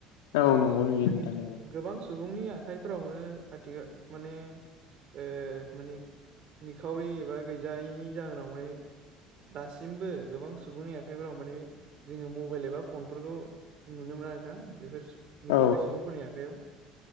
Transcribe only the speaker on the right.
माने
गोबां सुबुंनि आखाइफोरावनो आथिखाल माने ओ माने निखावरि एबा गैजायैनि जाहोनाव माने। दासिमबो गोबां सुबुंनि आखाइफोराव माने जोङो मबाइल एबा फनफोरखौ नुनो मोना नोंथां बेफोर निखावरि
सुबुंफोरनि आखाइयाव।